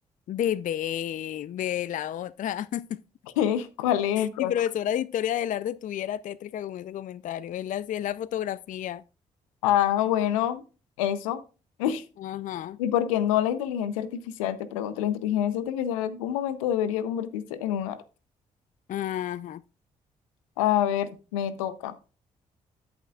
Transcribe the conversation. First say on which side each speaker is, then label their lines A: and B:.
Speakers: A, on the left; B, on the left.
A: Bebé, ve la otra. <laughs>
B: <laughs> ¿Qué? ¿Cuál es entonces?
A: Mi profesora de historia del arte estuviera tétrica con ese comentario. Es la, sí, es la fotografía.
B: Ah, bueno, eso. <laughs>
A: Ajá,
B: ¿Y por qué no la inteligencia artificial? Te pregunto, ¿la inteligencia artificial en algún momento debería convertirse en un arte?
A: ajá.
B: A ver, me toca.